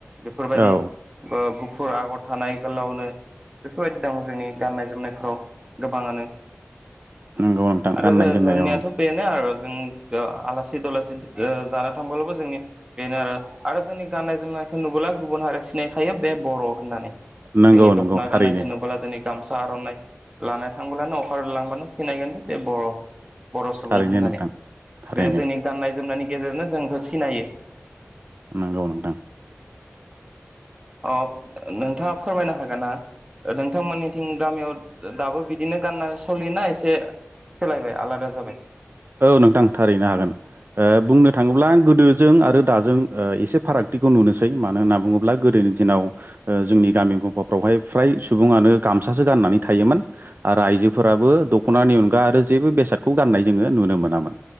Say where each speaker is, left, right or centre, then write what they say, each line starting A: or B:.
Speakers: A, on the right (about 20°); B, on the right (about 50°).
A: बेफोरबायदि
B: औ
A: ओ गुफुर आगर थानाय गोलावनो बेफोरबायदि दं जोंनि गाननाय जोमनायफ्राव गोबाङानो
B: नंगौ नोंथां
A: आरो
B: गाननाय जोमनायाव
A: जोंनियाथ' बेनो आरो जों आलासि दुलासि जानो थांब्लाबो जोंनि बेनो आरो आरो जोंनि गाननाय जोमनाय नुबोला गुबुन हारि सिनायखायो बे बर' होननानै
B: नंगौ
A: जोंनि दख'ना
B: नंगौ थारैनो
A: गाननायखौ नुब्ला जोंनि गामसा आर'नाइ लाना थांब्लानो अफार लांब्लानो सिनायगोनदि बे बर' बर' सुबुं
B: थारैनो
A: होननानै
B: नोंथां थारैनो
A: बे जोंनि गाननाय जोमनायनि गेजेरजोंनो जोंखौ सिनायो
B: नगौ नोंथां
A: अ नोंथाङा फोरमायनो हागोन ना ओ नोंथांमोननिथिं गामियाव दाबो बिदिनो गाननाय सलियोना एसे सोलायबाय आलादा जाबाय
B: औ नोंथां थारैनो हागोन ओ बुंनो थाङोब्ला गोदोजों आरो दाजों ओ एसे फारागथिखौ नुनोसै मानो होनना बुङोब्ला गोदोनि दिनाव ओ जोंनि गामि गंफाफ्रावहाय फ्राय सुबुङानो गामसासो गाननानै थायोमोन आरो आइजोफोराबो। दख'नानि अनगा आरो जेबो बेसादखौ गाननाय जोङो नुनो मोनामोन